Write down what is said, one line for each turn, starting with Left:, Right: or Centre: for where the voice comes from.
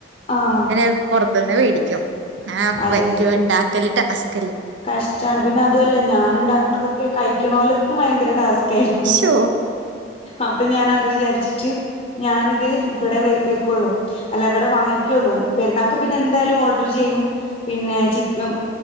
Left: ആഹ്
Right: ഇങ്ങനെ പുറത്തുന്ന് മേടിക്കും. <unintelligible>
Left: അതെ കഷ്ടാണ് പിന്നെ അതുല്ല ഞാൻ ഉണ്ടാക്കണതൊക്കെ കഴിക്കണോ ല്ക്ക് ഭയങ്കര ടാസ്ക്. കഴിക്കും
Right: ശോ
Left: അപ്പ ഞാനാ അത് വിചാരിച്ചിട്ട് ഞാനിത് ഇവിടെ വെക്കുള്ളൂ അല്ല ഇവിടെ വാങ്ങിക്കുള്ളൂ പെരുന്ന ക്ക് പിന്നെ എന്തായാലും ഓർഡർ ചെയ്യും പിന്നെ ചിക്കൻ